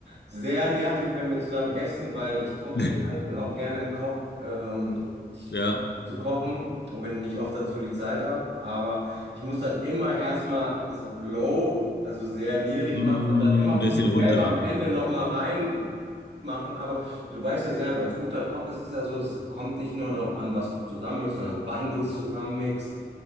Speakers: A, on the right; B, on the left.
A: sehr nervig, wenn wir zusammen essen, weil ich koche
B: <laughs>
A: gerne, ich bin auch gerne ein Koch. Ähm, ich
B: ja.
A: zu kochen, auch wenn ich nicht oft dazu die Zeit habe, aber ich muss dann immer erstmal das auf Low, also sehr niedrig
B: Hm,
A: machen und dann immer
B: bisschen
A: für mich
B: runter.
A: selber am Ende nochmal rein machen. Aber du weißt ja selber, als guter Koch ist es ja so, es kommt nicht nur darauf an, was du zusammenmixst, sondern wann du es zusammenmixst,